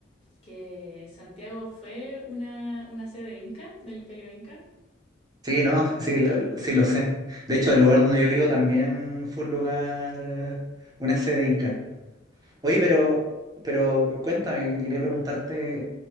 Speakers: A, on the left; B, on the right.
A: que Santiago fue una, una sede inca del Imperio Inca.
B: Sí, no, sí, lo- sí lo sé. De hecho, el lugar donde
A: ¿Sí?
B: yo vivo también fue un lugar, eh, una sede inca. Oye, pero, pero cu- cuéntame, que- quería preguntarte,